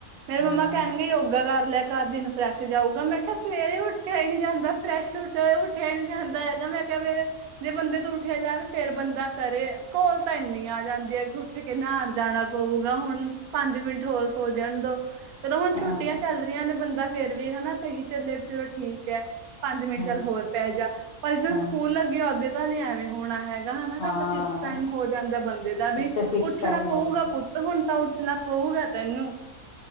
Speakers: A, on the right (about 85°); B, on the left (about 70°).
A: ਮੇਰੇ
B: ਹਾਂ
A: ਮੰਮਾ ਕਹਨਗੇ ਯੋਗਾ ਕਰ ਲਿਆ ਘਰ ਦਿਨ ਫਰੈਸ਼ ਜਾਊਗਾ ਮੈਂ ਕਿਹਾ ਸਵੇਰੇ ਉੱਠਿਆ ਹੀ ਨੀ ਜਾਂਦਾ ਫਰੈਸ਼ ਉੱਠਿਆ, ਉੱਠਿਆ ਹੀ ਨੀ ਜਾਂਦਾ ਹੈਗਾ ਮੈਂ ਕਿਆ ਮੇਰੇ ਜੇ ਬੰਦੇ ਤ ਉੱਠਿਆ ਜਾਵੇ ਫੇਰ ਬੰਦਾ ਕਰੇ ਘੋਲ ਤਾਂ ਇੰਨੀ ਆ ਜਾਂਦੀ ਹੈ ਕਿ ਉੱਠ ਕਿ ਨਾਨ ਜਾਣਾ ਪਊਗਾ ਹੁਨ ਪੰਜ ਮਿੰਟ ਹੋਰ ਸੋ ਜਾਨ ਦੋ ਚਲੋ ਹੁਣ
B: ਹਾਂ
A: ਛੁੱਟੀਆਂ ਚੱਲ ਰਹੀਆਂ ਨੇ ਬੰਦਾ ਫੇਰ ਵੀ ਹਨਾ ਕਹੀ ਚੱਲੇ ਵੀ ਚਲੋ ਠੀਕ ਐ। ਪੰਜ ਮਿੰਟ
B: ਹਾਂਜੀ।
A: ਚੱਲ ਹੋਰ ਪੈ ਜਾ ਪਰ ਜਿੱ
B: ਹਾਂਜੀ
A: ਸਕੂਲ ਲੱਗੇ ਓਦੇ ਤਾਂ ਨੀ ਐਵੇਂ ਹੋਣਾ ਹੈਗਾ। ਹਨਾ ਫੇਰ
B: ਹਾਂ
A: ਤਾਂ ਫਿਕਸ ਟਾਈਮ ਹੋ ਜਾਂਦਾ ਬੰਦੇ ਦਾ
B: ਤਦ
A: ਵੀ
B: ਤੇ ਫਿਕਸ
A: ਉੱਠਣਾ
B: ਟਾਈਮ
A: ਪਊਗਾ
B: ਹੋ ਜਾਂਦਾ।
A: ਪੁੱਤ ਹੁਣ ਤਾਂ ਉੱਠਣਾ ਪਊਗਾ ਤੈਨੂੰ।